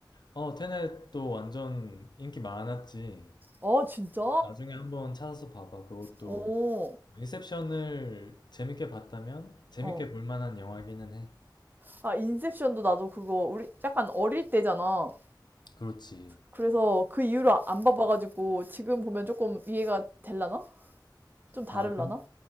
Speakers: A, on the left; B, on the right.
A: 어, 테넷도 완전 인기 많았지.
B: 아, 진짜?
A: 나중에 한번 찾아서 봐봐. 그것도
B: 오,
A: 인셉션을 재밌게 봤다면 재밌게
B: 어.
A: 볼 만한 영화기는 해.
B: 아, 인셉션도 나도 그거 우리 약간 어릴 때잖아.
A: 그렇지.
B: 그래서 그 이후로 안 봐봐가지고 지금 보면 조금 이해가 될라나? 좀 다를라나?
A: 아, 근,